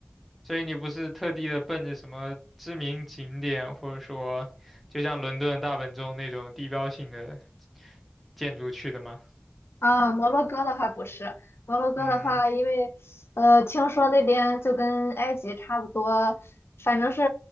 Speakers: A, in the centre; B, on the left.
A: 所以你不是特地的奔着什么知名景点，或者说就像伦敦的大本钟那种地标性的建筑去的吗？
B: 啊，摩洛哥的话不是，摩洛哥的话，
A: 嗯，
B: 因为呃，听说那边就跟埃及差不多，反正是